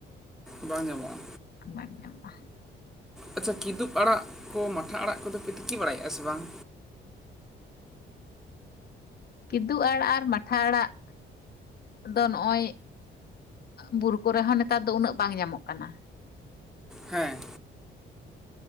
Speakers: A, in the centre; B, on the left.
A: ᱵᱟᱝ ᱧᱟᱢᱚᱜᱼᱟ
B: ᱵᱟᱝ ᱧᱟᱢᱚᱜᱼᱟ
A: ᱟᱪᱪᱷᱟ ᱠᱤᱫᱩᱵ ᱟᱲᱟᱜ ᱠᱚ ᱢᱟᱴᱷᱟ ᱟᱲᱟᱜ ᱠᱚᱫᱚ ᱯᱮ ᱛᱤᱠᱤ ᱵᱟᱲᱟᱭᱟ ᱥᱮ ᱵᱟᱝ
B: ᱠᱤᱫᱩ ᱟᱲᱟᱜ ᱟᱨ ᱢᱟᱴᱷᱟ ᱟᱲᱟᱜ ᱫᱚ ᱱᱚᱜᱼᱚᱭ ᱵᱩᱨᱩ ᱠᱚᱨᱮ ᱦᱚᱸ ᱱᱮᱛᱟᱨ ᱫᱚ ᱩᱱᱟᱹᱜ ᱵᱟᱝ ᱧᱟᱢᱚᱜ ᱠᱟᱱᱟ
A: ᱦᱮᱸ